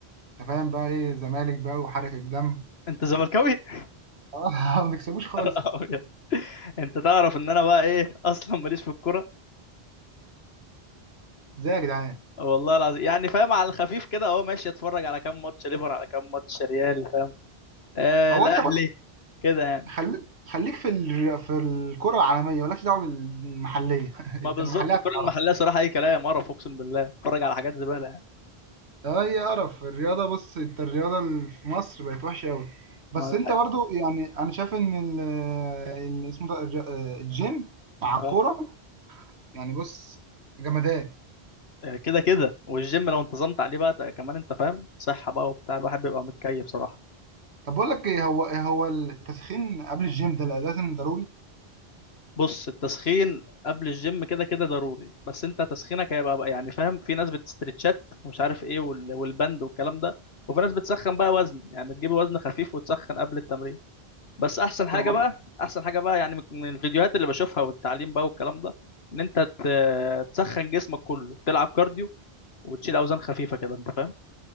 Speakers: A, on the right (about 75°); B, on the left (about 70°).
A: انت فاهم بقى ايه زمالك بقى وحرقة الدم
B: انت زملكاوي <laughs>
A: <laughs> آه، ما بنكسبوش خالص
B: أبيض. انت تعرف ان انا بقى ايه اصلا ماليش في الكوره
A: ازاي يا جدعان
B: والله العظيم يعني فاهم على الخفيف كده اهو ماشي اتفرج على كام ماتش ليفر على كام ماتش ريال فاهم آه
A: هو
B: الاهلي
A: انت بص
B: كده يعني.
A: خليك خليك في ال... في الكرة العالمية مالكش دعوة بالمحلية <laughs>
B: ما
A: انت
B: بالظبط
A: المحلية
B: الكرة
A: هتتعرف
B: المحلية صراحة أي كلام قرف أقسم بالله اتفرج على حاجات زبالة يعني
A: اي قرف الرياضة بص انت الرياضة اللي في مصر بقت وحشة قوي بس
B: ما ده
A: انت
B: حقيقة.
A: برضو يعني انا شايف ان ال... ال- اسمه ده الج- الجيم
B: آه،
A: مع الكورة يعني بص جمدان
B: كده كده والجيم لو انتظمت عليه بقى ت- كمان أنت فاهم صحة بقى وبتاع الواحد بيبقى متكيف صراحة
A: طب بقول لك ايه هو هو التسخين قبل الجيم ده لازم ضروري
B: بص التسخين قبل الجيم كده كده ضروري بس أنت تسخينك هيبقى بقى يعني فاهم في ناس بتستريتشات ومش عارف إيه وال- والبند والكلام ده وفي ناس بتسخن بقى وزن يعني تجيب وزن خفيف وتسخن قبل التمرين بس أحسن حاجة
A: طب ما-
B: بقى أحسن حاجة بقى يعني من من الفيديوهات اللي بشوفها والتعليم بقى والكلام ده ان انت ت- تسخن جسمك كله تلعب كارديو وتشيل اوزان خفيفه كده انت فاهم